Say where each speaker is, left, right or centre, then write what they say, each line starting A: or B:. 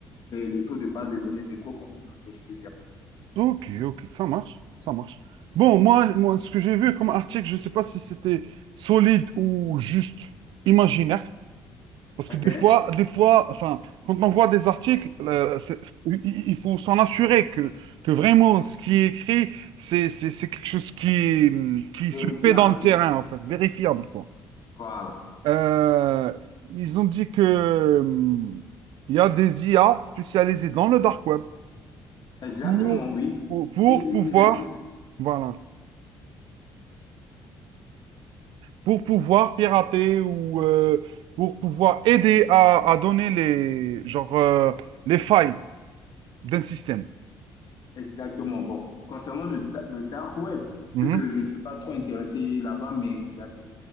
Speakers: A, on the left; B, on the right.
A: les, les taux de base des données, c'est trop confidentiel, je peux dire.
B: Ok, ok, ça marche, ça marche. Bon, moi, moi, ce que j'ai vu comme article, je ne sais pas si c'était solide ou juste imaginaire. Parce
A: OK?
B: que des fois, des fois, enfin, quand on voit des articles, euh, c'est- il il faut s'en assurer que, que vraiment ce qui est écrit, c'est c'est- c'est quelque chose qui, hum, qui
A: Vérifiable,
B: se fait dans le
A: je-
B: terrain, en fait, vérifiable, quoi.
A: voilà.
B: Euh, ils ont dit que, hum, il y a des IA spécialisées dans le dark web
A: Exactement,
B: pour,
A: oui.
B: pour, pour
A: ils-
B: pouvoir,
A: ils existent.
B: voilà, pour pouvoir pirater ou euh, pour pouvoir aider à, à donner les, genre, euh, les failles d'un système.
A: Exactement. Bon, concernant le, da- le dark web,
B: Mhm.
A: vu que je ne suis pas trop intéressé là-bas, mais il y a des,